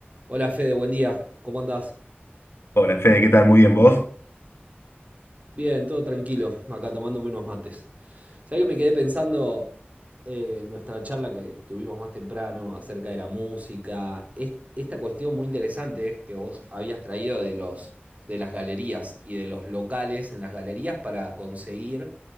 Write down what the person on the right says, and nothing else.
Hola Fede, buen día. ¿Cómo andás?
Bien, todo tranquilo, acá tomándome unos mates. ¿Sabés que me quedé pensando eh, en nuestra charla que tuvimos más temprano acerca de la música? Es- esta cuestión muy interesante que vos habías traído de los, de las galerías y de los locales en las galerías para conseguir